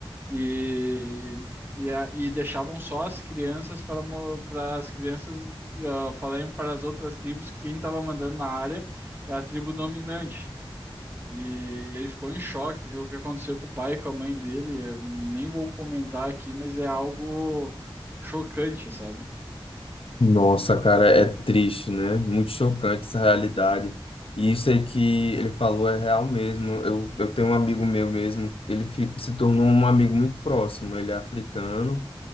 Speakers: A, on the right (about 20°); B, on the left (about 80°).
A: e, e, a- e deixavam só as crianças para, mo- para as crianças ah, falarem para as outras tribos que quem estava mandando na área é a tribo dominante. E ele ficou em choque, porque o que aconteceu com o pai e com a mãe dele, eu nem vou comentar aqui, mas é algo chocante, sabe?
B: Nossa, cara, é triste, né? Muito chocante essa realidade. E isso aí que ele falou é real mesmo. Eu, eu tenho um amigo meu mesmo, ele fi- se tornou um amigo muito próximo. Ele é africano